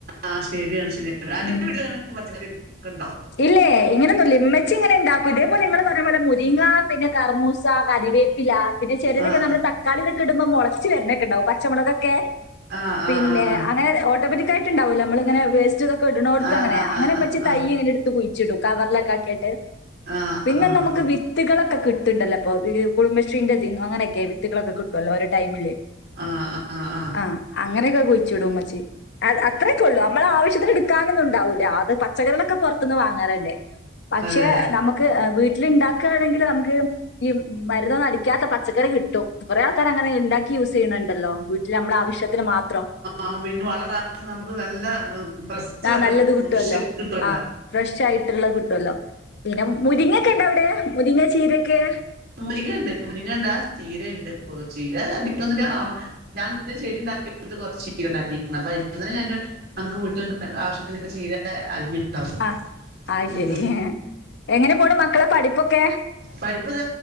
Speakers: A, on the right (about 55°); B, on the left (about 65°).
A: ആഹ് ശരിയാണ് ശരിയാണ് അതിന്റെ
B: ഉം
A: വീട്ടില് <inaudible> പച്ചക്കറി <inaudible> ക്കണ്ടോ
B: ഇല്ലേ ഇങ്ങനൊന്നുല്ല ഉമ്മച്ചി ഇങ്ങനെണ്ടാക്കു ഇതേപോലെ നിങ്ങൾ പറഞ്ഞ പോലെ മുരിങ്ങ പിന്നെ കർമൂസ കറി വേപ്പില പിന്നെ ചെലേതൊക്കെ
A: ആഹ്
B: നമ്മള് തക്കാളി ഇതൊക്കെയിടുമ്പോ മൊളച്ച് വരണൊക്കെയൂണ്ടാവും പച്ചമൊളകൊക്കെ
A: ആഹ് ആഹ്
B: പിന്നെ
A: ആഹ്
B: അങ്ങനെ ഓട്ടോമാറ്റി കായിട്ടുണ്ടാവൊല്ലോ നമ്മൾ ഇങ്ങനെ വേസ്‌റ്റു തൊ ക്കട്ണോട്ത്തങ്ങനെയാ
A: ആഹ്
B: അങ്ങനെ
A: ആഹ്
B: മച്ചി തൈ
A: ആഹ്
B: ഇങ്ങനെടുത്ത് കുഴിച്ചിടും കവറിലൊക്കെ ആക്കീട്ട്
A: ആഹ്
B: പിന്നെ
A: ആഹ് ആഹ്
B: നമുക്ക്
A: ആഹ്
B: വിത്തുകളൊക്കെ കി ട്ട്ണ്ടല്ലോ പ്പൊ വീഡിയോ കോള് കുടുംബശ്രീന്റെ തിന്നാനൊക്കെ വിത്തുകളൊക്കെ കിട്ടുവല്ലോ ഓരോ ടൈമില്
A: ആഹ് ആഹ് ആഹ്
B: ആ അങ്ങനൊക്കെ കുഴിച്ചിടും മ്മച്ചി അത് അത്രെക്കൊള്ളൂ നമ്മള ആവശ്യത്തിന് ഇട്ക്കാനൊന്നുണ്ടാവൂലാ അത് പച്ചക്കറികളൊക്കെ പൊറത്തുന്ന് വാങ്ങറല്ലേ പക്ഷെ
A: അതെ
B: നമ്മക്ക് എ വീ ഇതിണ്ടാക്കാണെങ്കില് നമുക്ക് ഈ മരുന്നൊന്നും അടിക്കാത്ത പച്ചക്കറി കിട്ടും കൊറേ ആൾക്കാരങ്ങനെ ഇണ്ടാക്കി യൂസിയ്യ്ണ് ണ്ടല്ലോ വീട്ടില് നമ്മടെ ആവശ്യത്തിന് മാത്രം
A: ആ പിൻ വളടാത്ത നമുക്ക് നല്ല ബസ്റ്റ്
B: ആ
A: നല്ല
B: നല്ലത്
A: ഫ്രഷ്
B: കിട്ടുവല്ലോ.
A: കിട്ടുവല്ലൊ
B: ആ ഫ്രഷ് ആയിട്ടുള്ള കിട്ടുവല്ലോ പിന്നെ മുരിങ്ങക്കെണ്ടവ്ടെ മുരിങ്ങ ചീരൊക്കെ
A: മുരിങ്ങണ്ട് മുരിങ്ങണ്ടാ ചീരണ്ട് ചീര അധികൊന്നില്ല ഞാൻ ചെടിണ്ടാ കൊറച് ചീരണ്ടാക്കികുണു അപൊയ്മന്നന്നെ ഞാന് നമക്ക് വീട്ട്ല് ആശ്യത്തിനൊക്കെ ചീര അരിഞ്ഞുണ്ടാക്കും
B: ആഹ് അയ് ശെരി
A: ഉം
B: എങ്ങനെ പോണ് മക്കളെ പഠിപ്പൊക്കേ
A: പഠിപ്പ്ത